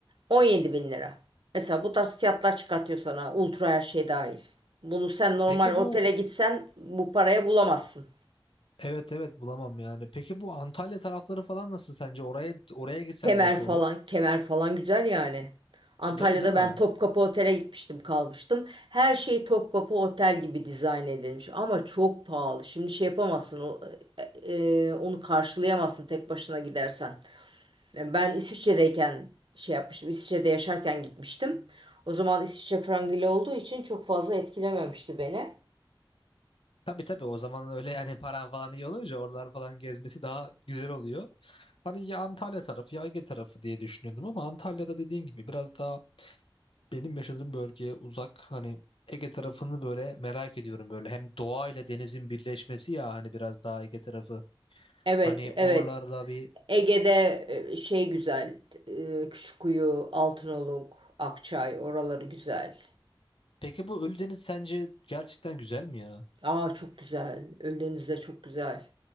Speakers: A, on the right; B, on the left.
A: 17 bin lira. Mesela bu tarz fiyatlar çıkartıyor sana ultra her şey dahil. Bunu sen normal
B: Peki
A: otele
B: bu
A: gitsen bu paraya bulamazsın.
B: evet evet bulamam yani. Peki bu Antalya tarafları falan nasıl sence? Oraya oraya gitsem
A: Kemer
B: nasıl
A: falan,
B: olur?
A: kemer falan güzel yani. Antalya'da
B: Değil mi değil mi?
A: ben Topkapı Otel'e gitmiştim, kalmıştım. Her şey Topkapı Otel gibi dizayn edilmiş ama çok pahalı. Şimdi şey yapamazsın, o- e, e, onu karşılayamazsın tek başına gidersen. Yani Ben İsviçre'deyken şey yapmıştım, İsviçre'de yaşarken gitmiştim. O zaman İsviçre frangili olduğu için çok fazla etkilememişti beni.
B: Tabii tabii o zaman öyle yani <laughs> paran falan iyi olunca oralar falan gezmesi daha güzel oluyor. Hani ya Antalya tarafı ya Ege tarafı diye düşünüyordum ama Antalya'da dediğin gibi biraz daha benim yaşadığım bölgeye uzak hani Ege tarafını böyle merak ediyorum böyle. Hem doğa ile denizin birleşmesi ya hani biraz daha Ege tarafı.
A: Evet,
B: Hani oralarda
A: evet.
B: bir...
A: Ege'de e, şey güzel, e, Küçükkuyu, Altınoluk, Akçay oraları güzel.
B: Peki bu Ölüdeniz sence gerçekten güzel mi ya?
A: Aa çok güzel. Ölüdeniz de çok güzel.